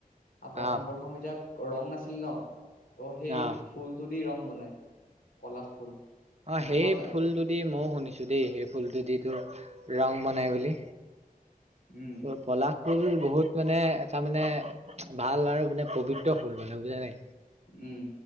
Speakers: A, on the left; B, on the right.
A: প্ৰথম
B: অ
A: প্ৰথম এতিয়া ৰং নাছিল ন', ত' সেই
B: অ
A: ফুলটো দি ৰং বনাই নায় পলাশ ফুল।
B: অঁ
A: মোৰ
B: সেই
A: ভাল লাগে
B: ফুলটোদি মইও শুনিছো দেই সেই ফুলটোদি তো ৰং বনাই বুলি,
A: উম
B: ত পলাশ ফুল বহুত মানে তাৰ মানে ভাল আৰু মানে পবিত্ৰ ফুল মানে বুজা নাই।
A: উম,